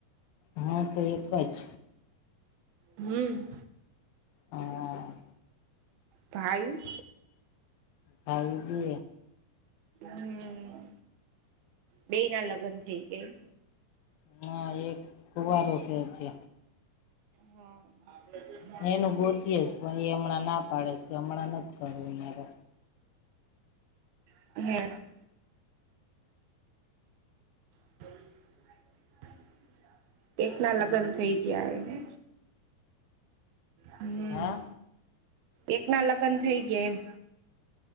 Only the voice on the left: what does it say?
હું તો એક જ.
હા.
ભાયુ બે.
હા. એક કુવારો સે છે.
હવે એનું ગોતીએ છ, પણ ઈ હમણાં ના પાડેસ, કે હમણાં નથ કરવું મારે.
હા